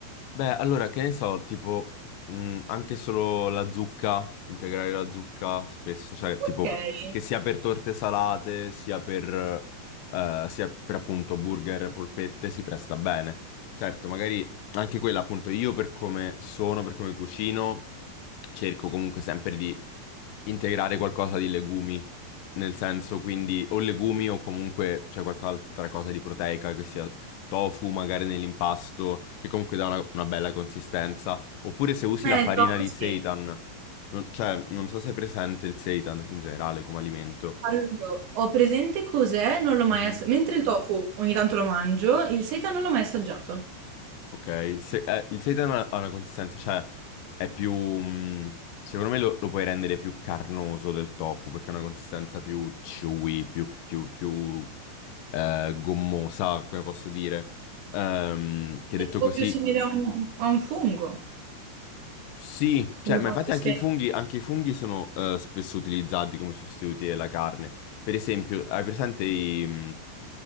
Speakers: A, on the left; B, on the right.
A: Beh, allora, che ne so, tipo, mh, anche solo la zucca, integrare la zucca spesso, cioè, tipo,
B: Okay.
A: che sia per torte salate, sia per, eh, sia per appunto burger, polpette, si presta bene. Certo, magari anche quella, appunto, io per come sono, per come cucino, cerco comunque sempre di integrare qualcosa di legumi, nel senso, quindi, o legumi o comunque c'è qualche altra cosa di proteica che sia tofu magari nell'impasto, che comunque dà una, una bella consistenza. Oppure se usi
B: Eh,
A: la farina
B: il tofu
A: di
B: sì.
A: seitan. Non- cioè, non so se è presente il seitan in generale come alimento.
B: Allo ho presente cos'è, non l'ho mai
A: Mhm.
B: assa mentre il tofu ogni tanto lo mangio, il seitan non l'ho mai assaggiato.
A: Ok, se- eh, il seitan ha ha una consistenza, cioè è più... mh, secondo me lo, lo puoi rendere più carnoso del tofu perché ha una consistenza più chewy, più, più- più, eh, gommosa, come posso dire. Ehm, che
B: È
A: detto
B: tipo
A: così
B: più simile a un a un fungo
A: Sì, cioè,
B: come
A: ma
B: consistenza.
A: infatti anche i funghi, anche i funghi sono eh, spesso utilizzati come sostituti della carne. Per esempio, hai presente i, mh,